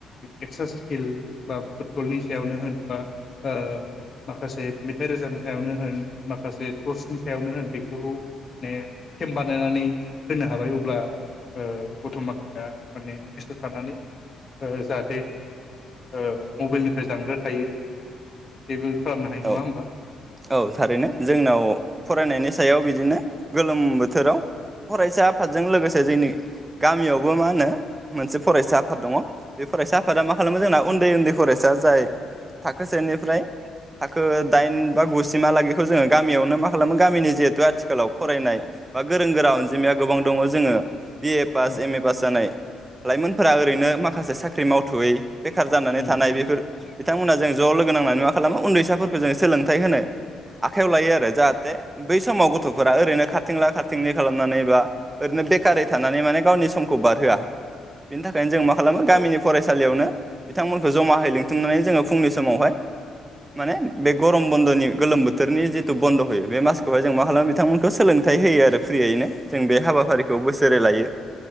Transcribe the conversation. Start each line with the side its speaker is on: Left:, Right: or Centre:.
Left: एक्सट्रा स्किल बा फुटबलनि सायावनो होन बा ओ माखासे मेथाइ रोजाबनि सायावनो होन माखासे स्पर्टसनि सायावनो होन बेखौ माने केम बानायनानै होनो हाबाय अब्ला ओ गथ' माखासेया माने बेस्थ थानानै ओ जाहाथे ओ मबिलनिफ्राय जानगार थायो बेेबो खालामनो हायो नङा
Right: औ
Left: होनमबा?
Right: औ थारैनो जोंनाव फरायनायनि सायाव बिदिनो गोलोम ओम बोथोराव फरायसा आफादजों लोगोसे जोंनि गामियावबो मा होनो मोनसे फरायसा आफाद दङ। बे फरायसा आफादा मा खालामो जोंना उन्दै उन्दै फरायसा जाय थाखो सेनिफ्राय थाखो दाइन बा गुसिमा लागैखौ जोङो गामियावनो मा खालामो गामिनि जिहेथु आथिखालाव फरायनाय बा गोरों गोरा अनजिमाया गोबां दङ जोङो बि ए पास,
Left: औ औ
Right: एम ए पास जानाय लाइमोनफोरा ओरैनो माखासे साख्रि मावथ'यै बेखार जानानै
Left: उम
Right: थानाय बेफोर बिथांमोना जों ज' लोगो नांनानै मा खालामो उन्दैसाफोरखौ जों सोलों सोलोंथाय होनो आखाइयाव लायो आरो जाहाथे बै समाव गथ'फोरा ओरैनो खारथिंला खारथिंलि खालामनानै बा ओरैनो बेखारै थानानै माने गावनि समखौ बारहोआ बेनि थाखायनो जों मा खालामो गामिनि
Left: उम
Right: फरायसालियावनो बिथांमोनखौ जमाहै लिंथुमनानै जोङो फुंनि समावहाय माने ब गर ग्रम बन्दनि गोलोम बोथोरनि जिथु बन्द होयो बे मासखौहाय जों मा खालामो बिथांमोनखौ सोलोंथाइ होयो आरो फ्रियैनो जों बे हाबाफारिखौ बोसोरै लायो